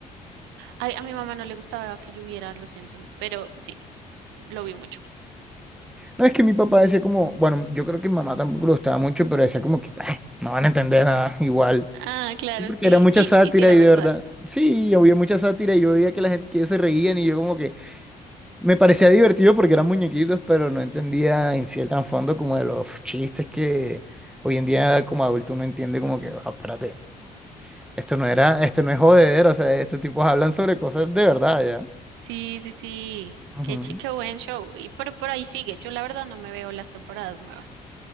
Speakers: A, on the right; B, in the centre.
A: Ay, a mi mamá no le gustaba que yo viera Los Simpsons, pero sí, lo vi mucho.
B: No, es que mi papá decía como, bueno, yo creo que mi mamá tampoco lo gustaba mucho, pero decía como que, "Bah, no van a entender nada <laughs> igual.
A: Ah, claro,
B: Sí, Porque
A: sí.
B: era mucha
A: Y,
B: sátira
A: y sí era
B: y
A: verdad.
B: de verdad, sí, había mucha sátira y yo veía que la gente que ellos se reían y yo como que me parecía divertido porque eran muñequitos, pero no entendía en sí el trasfondo como de los chistes que hoy en día como adulto uno entiende como que, "Ah, espérate, esto no era, esto no es jodedero, o sea, estos tipos hablan sobre cosas de verdad, ¿ya?
A: Sí, sí, sí.
B: Ujú.
A: Qué, chi- qué buen show. Y pero por ahí sigue. Yo la verdad no me veo las temporadas nuevas.